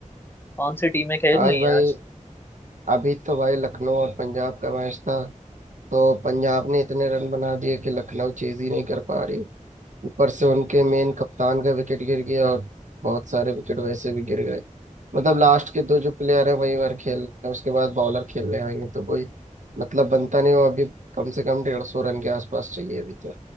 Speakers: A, on the left; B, on the right.
A: कौन सी टीमें खेल
B: आज
A: रही
B: भाई
A: हैं आज
B: अभी तो भाई लखनऊ और पंजाब का मैच था तो पंजाब ने इतने रन बना दिए कि लखनऊ चीज ही नहीं कर पा रही ऊपर से उनके मेन कप्तान का विकेट गिर गया और बहुत सारे विकेट वैसे भी गिर गए मतलब लास्ट के दो जो प्लेयर हैं वही बार खेल रहे हैं उसके बाद बॉलर खेलने आएंगे तो कोई मतलब बनता नहीं वो अभी कम से कम डेढ़ सौ रन के आसपास चाहिए अभी तो